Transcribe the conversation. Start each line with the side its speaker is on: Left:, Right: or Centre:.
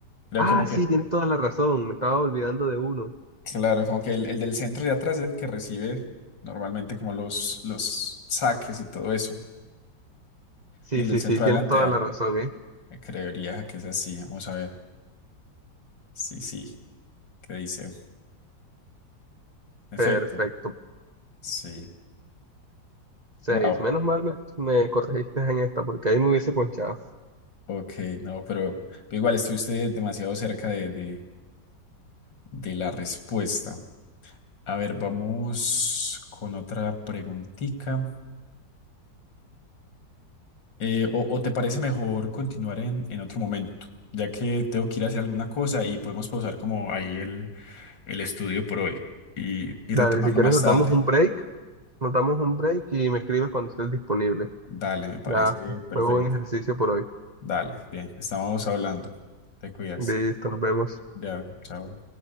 Left: Creo
Right: Ah,
Left: como que,
Right: sí, tienes toda la razón, me estaba olvidando de uno.
Left: claro, como que el, el del centro de atrás es el que recibe normalmente como los, los saques y todo eso.
Right: Sí,
Left: Y el
Right: sí,
Left: del centro
Right: sí, tienes
Left: adelante
Right: toda
Left: arma.
Right: la razón, ¿eh?
Left: Eh, Creería que es así. Vamos a ver. Sí, sí, ¿qué dice? Efecto.
Right: Perfecto,
Left: Sí.
Right: seis.
Left: Wow.
Right: Menos mal me, me corregiste en esta porque ahí me hubiese ponchado.
Left: Ok, no, pero, pero igual estuviste demasiado cerca de, de, de la respuesta. A ver, vamos con otra preguntita. Eh, o, o te parece mejor continuar en, en otro momento? Ya que tengo que ir a hacer alguna cosa y podemos pausar como ahí el, el estudio por hoy y, y
Right: Dale,
Left: retomarlo
Right: si quieres
Left: más
Right: nos
Left: tarde.
Right: damos un break, nos damos un break y me escribes cuando estés disponible.
Left: Dale, dale, me parece
Right: Ya,
Left: perfecto.
Right: fue buen ejercicio por hoy.
Left: Dale, bien, estamos hablando. Te cuidas.
Right: Listo, nos vemos.
Left: Ya, chao.